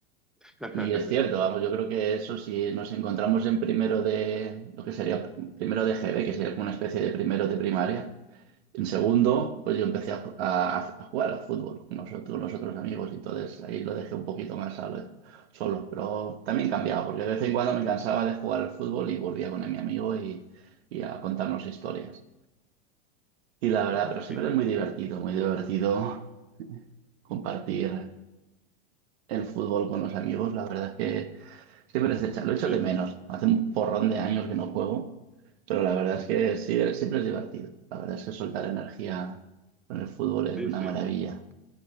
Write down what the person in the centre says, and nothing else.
<laughs>
Fíjate,
fíjate.
Sí,
sí,
sí.